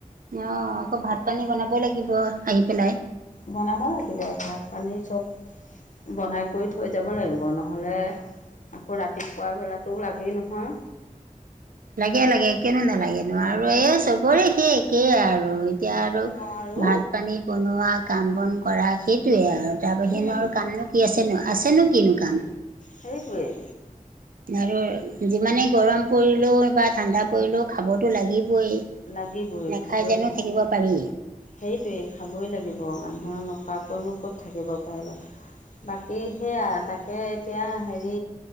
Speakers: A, on the right; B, on the left.
A: অ আকৌ ভাত - পানী বনাবই লাগিব, আহি পেলাই।
B: বনাব লাগিব, ভাত পানী চব বনাই কৰি থৈ যাব লাগিব, নহ'লে আকৌ ৰাতিপুৱা বেলাটোও লাগেই নহয়।
A: লাগে-লাগে কেলে নালাগেনো আৰু এই চবৰে সেই একেই আৰু এতিয়া আৰু
B: খোৱা আৰু
A: ভাত- পানী বনোৱা, কাম-বন কৰা, সেইটোৱে আৰু। তাৰ বাহিনৰ
B: উম,
A: কামনো কি আছেনো, আছেনো কিনো কাম!
B: সেইটোৱেই।
A: আৰু যিমানেই গৰম পৰিলেও বা ঠাণ্ডা পৰিলেও খাবতো লাগিবই।
B: লাগিবই
A: নেখায়
B: খাবই
A: যানো
B: লাগিব
A: থাকিব পাৰি।
B: সেইটোৱেই খাবই লাগিব, মানুহৰ নোখোৱাকৈনো ক'ত থাকিব পাৰে। বাকী সেয়া, তাকে এতিয়া হেৰি